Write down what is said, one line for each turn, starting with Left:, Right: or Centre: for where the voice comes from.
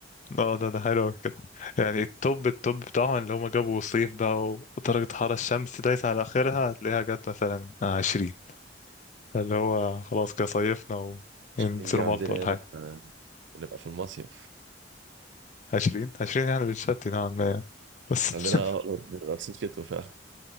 Left: اه ده ده حلو أوي كده يعني التوب التوب بتاعهم اللي هما جابوا صيف بقى ودرجة حرارة الشمس دايسة على آخرها هتلاقيها جت مثلا عشرين اللي هو خلاص كده صيفنا وينزلوا
Right: الشتين دي عندنا
Left: مالطا ولا حاجة
Right: هنا احنا بنبقى في المصيف
Left: عشرين عشرين يعني بتشتي نوعا ما يعني. بس
Right: عندنا اه، بنبقى لابسين <laughs> شتوي فعلا